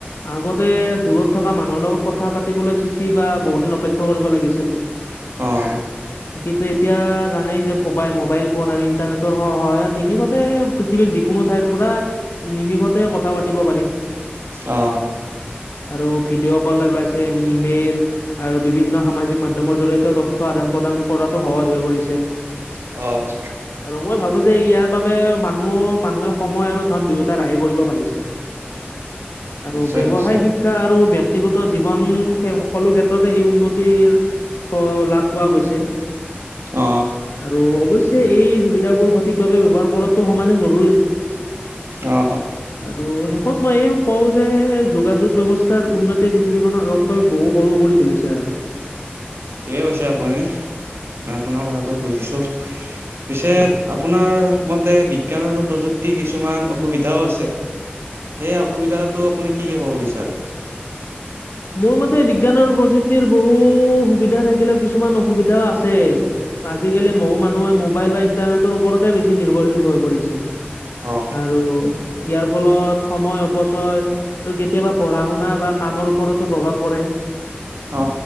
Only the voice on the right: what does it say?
অ',
অ',
অ
অ
নিশ্চয়
নিশ্চয়
অ
অ
ঠিকে কৈছে আপুনি মই আপোনাৰ কথাটো বুজিছো পিছে
আপোনাৰ মতে বিজ্ঞান আৰু প্ৰযুক্তি কিছুমান অসুবিধাও আছে সেই অসুবিধাটো আপুনি কি কি ক'ব বিচাৰে
অ
অ